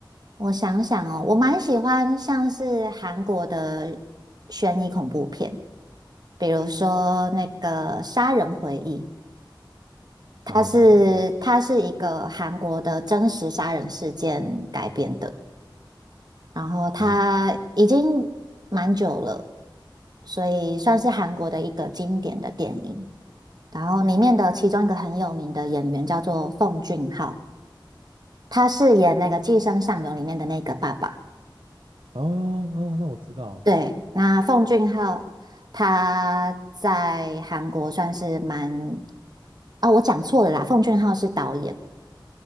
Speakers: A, on the right; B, on the right.
A: 我想想哦，我蛮喜欢像是韩国的悬疑恐怖片，比如说那个《杀人回忆》，
B: <laughs>《杀人回忆》。
A: 它是它是一个韩国的真实杀人事件改编的，然后它已经蛮久了，
B: 哦
A: 所以算是韩国的一个经典的电影。然后里面的其中一个很有名的演员叫做奉俊昊，他饰演那个《寄生上流》里面的那个爸爸。
B: 哦哦，那我知道，
A: 对，那奉俊昊他在韩国算是蛮……啊、我讲错了啦，奉俊昊是导演，